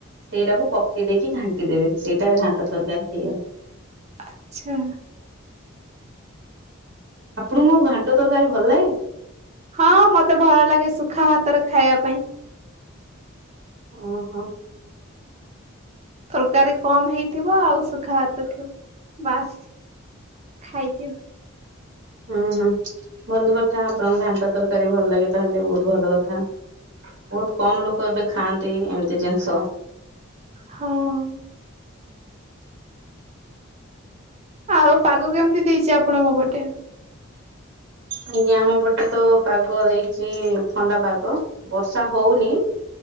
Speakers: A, on the right; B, on the right.
A: ସେଇଟାକୁ ପକେଇ ଦେଇକି ଘାଣ୍ଟି ଦେବେ। ସେଇଟା ଘାଣ୍ଟ ତରକାର ହେଇଗଲା।
B: ଆଛା
A: ଆପଣଙ୍କୁ ଘାଣ୍ଟ ତରକାରୀ ଭଲ ଲାଗେ?
B: ହଁ ମତେ ଭଲ ଲାଗେ ସୁଖା ଭାତରେ ଖାଇବା ପାଇଁ।
A: ଓହୋ
B: ତରକାରୀ କମ ହେଇଥିବ। ଆଉ ସୁଖା ହାତ ଥିବ। ବାସ୍ ଖାଇଦିଏ।
A: ହୁଁ ହୁଁ। ଭଲ କଥା। ଆପଣଙ୍କୁ ଘାଣ୍ଟା ତରକାରୀ ଭଲ ଲାଗେ ତାହେଲେ ବହୁତ ଭଲ କଥା। ବହୁତ କମ ଲୋକ ଏବେ ଖାଆନ୍ତି ଏମିତି ଜିନିଷ।
B: ହଁ ଆଉ ପାଗ କେମିତି ଦେଇଛି ଆପଣଙ୍କ ପଟେ?
A: ଆଜ୍ଞା, ଆମ ପଟେ ତ ପାଗ ଦେଇଛି ଥଣ୍ଡା ପାଗ। ବର୍ଷା ହଉନି,